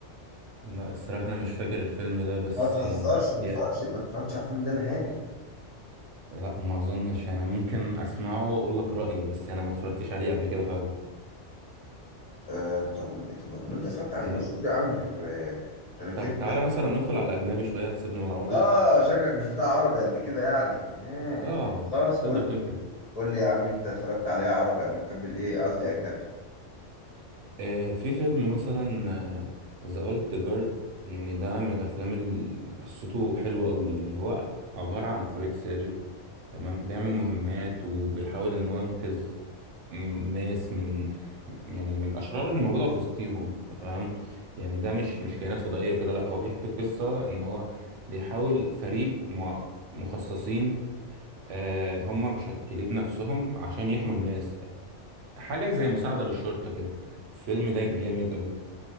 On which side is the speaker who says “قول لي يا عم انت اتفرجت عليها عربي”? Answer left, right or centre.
Left